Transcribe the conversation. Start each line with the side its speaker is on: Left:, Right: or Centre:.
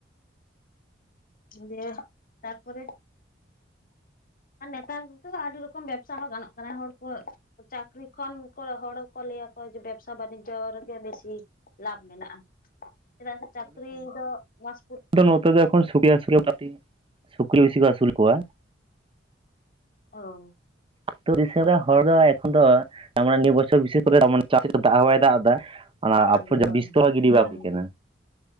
Left: ᱫᱤᱭᱮ ᱛᱟᱨᱯᱚᱨᱮ ᱟᱨ ᱱᱮᱛᱟᱨ ᱫᱚ ᱟᱰᱤ ᱨᱚᱠᱚᱢ ᱵᱮᱵᱥᱟ ᱦᱚᱸ ᱜᱟᱱᱚᱜ ᱠᱟᱱᱟ ᱦᱚᱲ ᱠᱚ ᱪᱟᱠᱨᱤ ᱠᱷᱚᱱ ᱠᱚ ᱦᱚᱲ ᱠᱚ ᱞᱮᱹᱭᱟ ᱠᱚ ᱡᱮ ᱵᱮᱵᱥᱟ ᱵᱟᱱᱤᱡᱚ ᱨᱮᱜᱮ ᱵᱮᱥᱤ ᱞᱟᱵᱷ ᱢᱮᱱᱟᱜᱼᱟ ᱪᱮᱫᱟᱜ ᱥᱮ ᱪᱟᱠᱨᱤ ᱫᱚ ᱢᱚᱪ
Right: ᱛᱚ ᱱᱚᱛᱮ ᱫᱚ ᱮᱠᱷᱚᱱ ᱥᱩᱠᱨᱤ ᱟᱥᱩᱞ ᱢᱚᱴᱟᱢᱩᱴᱤ ᱥᱩᱠᱨᱤ ᱵᱤᱥᱤ ᱠᱚ ᱟᱥᱩᱞ ᱠᱚᱣᱟ᱾
Left: <unintelligible>
Right: ᱟᱹᱛᱩ ᱫᱤᱥᱚᱢ ᱨᱮᱱ ᱦᱚᱲ ᱫᱚ ᱮᱠᱷᱚᱱ ᱫᱚ ᱢᱟᱱᱮ ᱱᱤᱭᱟᱹ ᱵᱚᱪᱷᱚᱨ ᱵᱮᱥᱤ ᱠᱚᱨᱮ ᱪᱟᱥ ᱨᱮᱫᱚ ᱫᱟᱜ ᱦᱚᱸ ᱵᱟᱭ ᱫᱟᱜ ᱮᱫᱟ, ᱚᱱᱟ
Left: ᱠᱷᱟᱣᱟ
Right: ᱟᱯᱷᱚᱡᱟ
Left: ᱜᱮ ᱦᱳᱭ
Right: ᱵᱤᱥ ᱛᱮᱦᱚ ᱜᱤᱰᱤ ᱵᱟᱝ
Left: ᱦᱳᱭ
Right: ᱦᱩᱭ ᱠᱟᱱᱟ,